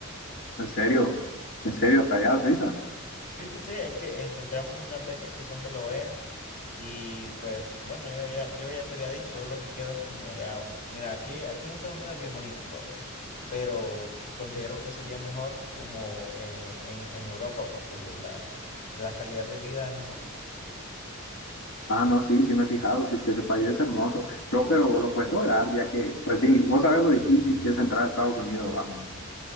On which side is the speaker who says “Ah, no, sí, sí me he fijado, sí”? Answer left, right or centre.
Left